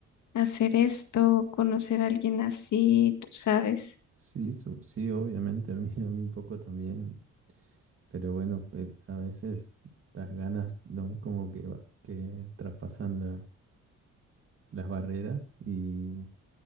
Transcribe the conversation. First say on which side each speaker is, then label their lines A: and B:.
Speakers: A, on the left (about 70°); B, on the right (about 45°).
A: hacer esto, conocer a alguien así, tú sabes.
B: Sí, su- sí, obviamente, a mí, a mí un poco también. Pero bueno, fue- a veces las ganas, ¿no? Como que, va- que traspasan la las barreras y,